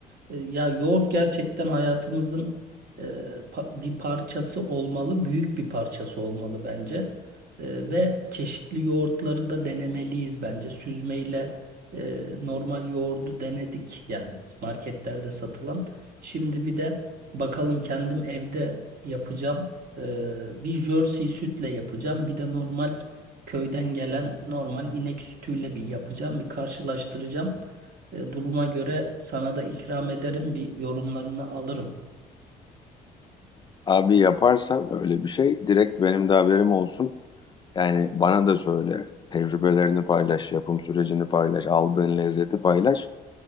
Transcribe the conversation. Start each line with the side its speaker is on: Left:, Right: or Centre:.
Right: E, ya yoğurt gerçekten hayatımızın e, pa- bir parçası olmalı, büyük bir parçası olmalı bence. E, ve çeşitli yoğurtları da denemeliyiz bence. Süzmeyle e, normal yoğurdu denedik yani marketlerde satılan. Şimdi bir de bakalım kendim evde yapacağım. E, bir jersey sütle yapacağım. Bir de normal köyden gelen normal inek sütüyle bir yapacağım. Bir karşılaştıracağım. E, duruma göre sana da ikram ederim. Bir yorumlarını alırım.
Left: Abi yaparsan öyle bir şey direkt benim de haberim olsun. Yani bana da söyle. Tecrübelerini paylaş, yapım sürecini paylaş, aldığın lezzeti paylaş.